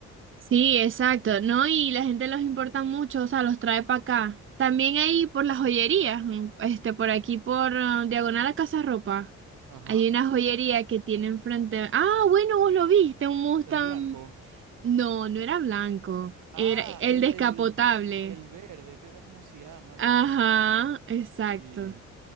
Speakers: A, on the right; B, on the right.
A: Sí, exacto, ¿no? Y la gente los importa mucho, o sea, los trae para acá. También ahí por las joyerías, mm, este, por aquí por ah, Diagonal a Casa Ropa.
B: Ajá,
A: Hay una joyería que tiene enfrente. Ah, bueno, vos lo viste, un Mustang.
B: el blanco.
A: No, no era blanco,
B: Ah,
A: era el
B: el,
A: descapotable.
B: el, el verde, que era como Cian, algo
A: Ajá,
B: así.
A: exacto.
B: Sí,